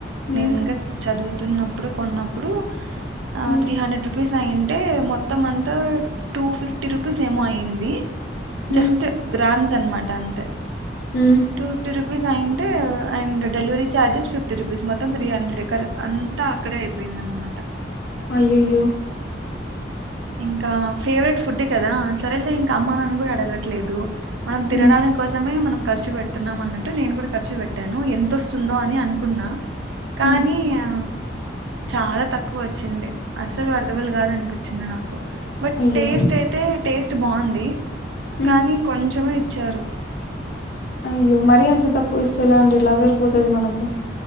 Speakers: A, on the right; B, on the left.
A: నేను
B: ఉమ్
A: ఇంకా చదువుతున్నప్పుడు కొన్నప్పుడు ఆ
B: ఉమ్
A: త్రీ హండ్రెడ్ రూపీస్ అయింద్ అంటే మొత్తం అంతా టూ ఫిఫ్ ఫిఫ్టీ రూపీస్ ఏమో అయింది జస్ట్
B: ఉమ్
A: గ్రామ్స్ అనమాట అంతే
B: ఉమ్
A: టూ ఫిఫ్టీ రూప్ రుపీస్ అయింటే and delivery charges fifty rupees మొత్తం త్రీ హండ్రెడ్ కర అంతా అక్కడే అయిపోయింది అనమాట
B: అయ్యాయో
A: ఇంకా ఫేవరెట్ ఫుడ్ కదా సరేలే ఇంకా అమ్మా నాన్న కూడా అడగట్లేదు మనం తినడానికి
B: ఉమ్
A: కోసమే మనం ఖర్చు పెడుత్ తున్నాం అన్నట్టు నేను కూడా ఖర్చు పెట్టాను ఎంతొస్తుందో అని అనుకున్నా కానీ
B: ఉమ్
A: ఆ చాలా తక్కువ వచ్చింది అస్సలు వర్థబుల్ కాద అనిపిచింది నాకు బట్
B: అయ్యో
A: టేస్ట్ అయితే టేస్ట్ స్ట్ బాగుంది
B: ఉమ్
A: కానీ కొంచమే చ్చారు
B: అయ్యో మరీ అంత తక్కువ ఇస్తే ఎలా అండి ఏలాజరిపోతది మనకు